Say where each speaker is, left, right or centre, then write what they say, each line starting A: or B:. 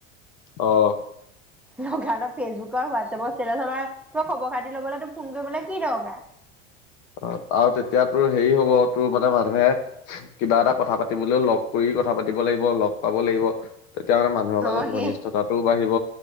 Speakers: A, on the left; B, in the centre.
A: অ'।
B: লগা ফেচবুকৰ হোৱাটছএপৰ ষ্টেতাচৰত আৰু খবৰ খাতি ল'বলৈ তোৰ ফোন কৰিবলে কি দৰকা।
A: অ', আৰু তেতিয়া তোৰ হেৰি হ'ব তোৰ মানে মানুহে কিবা এটা কথা পাতিবলৈও লগ কৰি কথা পাতিব লাগিব লগ পাব লাগিব। তেতিয়া মানে মানুহৰ
B: অ
A: মাজত
B: সেই
A: ঘনিষ্ঠতাটোও বাঢ়িব।